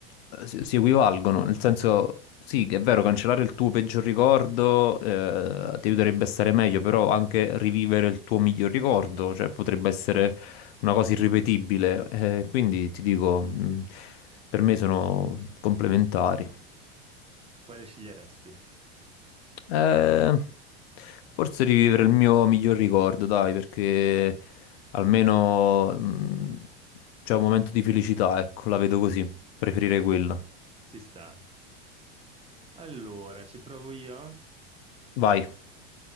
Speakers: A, on the left; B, on the right.
A: eh, si, si equivalgono, nel senso, sì, che è vero, cancellare il tuo peggior ricordo eh, ti aiuterebbe a stare meglio, però anche rivivere il tuo miglior ricordo, cioè potrebbe essere una cosa irripetibile, eh, quindi ti dico, mh, per me sono complementari.
B: Quale sceglieresti?
A: Eh, forse rivivere il mio miglior ricordo, dai, perché almeno mh, c'è un momento di felicità, ecco, la vedo così, preferirei quello.
B: Ci sta. Allora, ci provo io.
A: Vai,